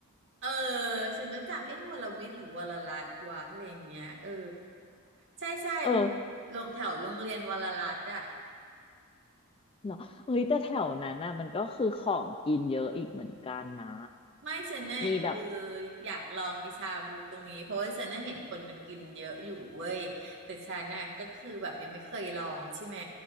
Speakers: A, on the right; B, on the left.
A: เออฉันก็จำเอ๊ะวรวิทย์หรือวรรัตน์วะอะไรอย่างเงี้ยเออใช่ใช่มันอยู่โรงแถวโรงเรียนวรรัตน์อะ
B: เออ เหรอเฮ้ยแต่แถวนั้นน่ะมันก็คือของกินเยอะอีกเหมือนกันนะ
A: ไม่ฉันเนี่ยคือ
B: มีแบบ
A: อยากลองไอชาบูตรงนี้เพราะว่าฉันน่ะเห็นคนมันกินเยอะอยู่เว้ยแต่ฉันน่ะก็คือแบบยังไม่เคยลองใช่ไหม